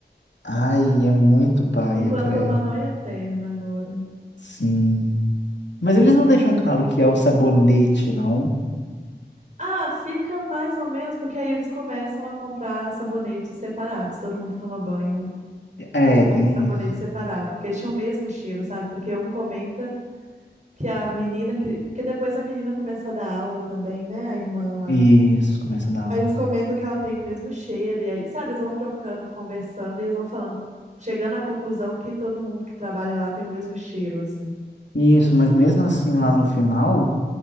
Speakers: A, on the left; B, on the right.
A: Ai, é muito paia,
B: Me plantou
A: credo.
B: uma nóia eterna agora.
A: Sim. Mas eles não deixam claro que é o sabonete, não.
B: Ah, ah, fica mais ou menos, porque aí eles começam a comprar sabonetes separados. Todo mundo toma banho
A: É,
B: com
A: tem
B: o sabonete
A: isso.
B: separado, porque eles tinham o mesmo cheiro, sabe? Porque um comenta que a menina que. Porque depois a menina começa a dar aula também, né? A irmã lá.
A: Isso, começa a dar.
B: Aí
A: um
B: eles comentam que ela tem o mesmo cheiro, e aí, sabe, eles vão trocando, conversando, e eles vão falando, chegando à conclusão que todo mundo que trabalha lá tem o mesmo cheiro, assim.
A: Isso, mas mesmo assim, lá no final,